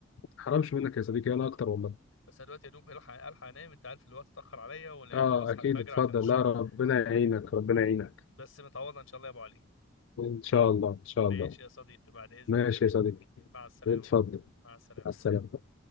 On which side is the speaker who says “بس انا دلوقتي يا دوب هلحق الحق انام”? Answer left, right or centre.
Left